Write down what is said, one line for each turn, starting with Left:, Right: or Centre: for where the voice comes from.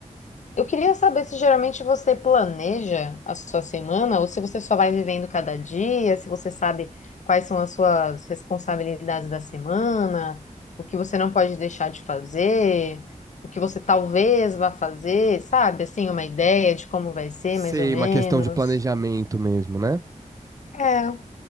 Left: Eu queria saber se geralmente você planeja a sua semana ou se você só vai vivendo cada dia, se você sabe quais são as suas responsabilidades da semana, o que você não pode deixar de fazer, o que você talvez vá fazer, sabe? Assim, uma ideia de como vai ser,
Right: Sei,
Left: mais ou menos.
Right: uma questão de planejamento mesmo, né?
Left: É,